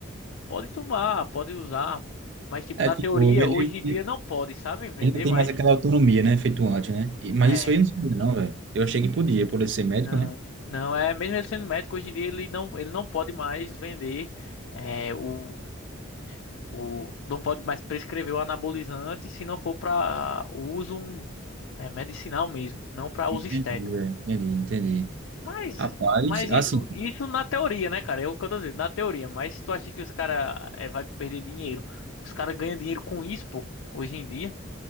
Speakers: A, on the left (about 70°); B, on the right (about 60°).
A: pode tomar, pode usar. Mas, tipo,
B: É,
A: na
B: tipo,
A: teoria,
B: ele,
A: hoje em dia
B: ele
A: não pode, sabe? Vender
B: ele não tem
A: mais.
B: mais aquela autonomia, né? Feito antes, né? E- mas
A: É.
B: isso aí eu não sabia, não, velho. Eu achei que podia, por ele ser
A: Não.
B: médico, né?
A: Não, é mesmo ele sendo médico, hoje em dia ele não, ele não pode mais vender. É, o, o, não pode mais prescrever o anabolizante se não for para uso É medicinal mesmo, não para uso
B: Entendi,
A: estético.
B: velho. Entendi, entendi.
A: Mas,
B: Rapaz,
A: mas isso,
B: assim,
A: isso na teoria, né, cara? É o que eu tô dizendo, na teoria. Mas tu acha que os caras é, vai perder dinheiro? Os caras ganham dinheiro com isso, pô, hoje em dia.